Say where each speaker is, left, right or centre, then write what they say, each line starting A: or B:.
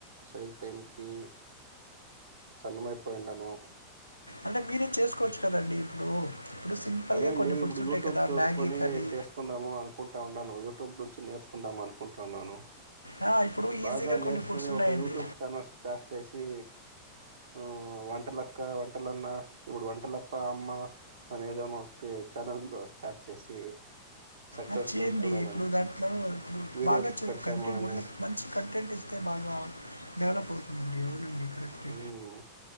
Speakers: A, on the right; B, on the left.
A: సరిగ్ టైం కి సన్నమైపోయిండను
B: అంటే మీరే చేసుకోవచ్చు కదండి ఇప్పుడు ఇప్పుడు సింపుల్‌గా
A: అదే అండి
B: కొన్ని ఫుడ్స్
A: ఇప్పుడు
B: ఉంటాయి
A: యూట్యూబ్
B: కదా!
A: చూసుకొని
B: మ్యాగీ కానీ
A: చేసుకుందాము అనుకుంటా ఉన్నాను. యూట్యూబ్ నుంచి నేర్చుకుందాం అన్ కుంటన్నాను
B: ఆ! ఇప్పుడు ఈజీగా
A: బాగా
B: కొన్ని
A: నేర్చుకోని
B: ఫుడ్స్ ఉన్నాయండి.
A: ఒక యూట్యూబ్ ఛానల్ స్టార్ట్ చేసి హ్మ్ ఆ వంటలక్క వంటలన్న ఇప్పుడు వంటలప్ప అమ్మ అనేది అదే మట్టి ఛానల్ స్టార్ట్ చేసి సక్సెస్
B: అది చేయండి
A: చూ చూడాలండి
B: ఇప్పుడు దాంట్లో ఇప్పుడు
A: వీడియోస్
B: బాగా
A: పెడతాము
B: కంటెంట్
A: అని
B: ఒళే మంచి కంటెంట్ ఇస్తే బాగా డెవలప్ అవుతుందండి అవునండి. కరెక్టే.
A: మ్మ్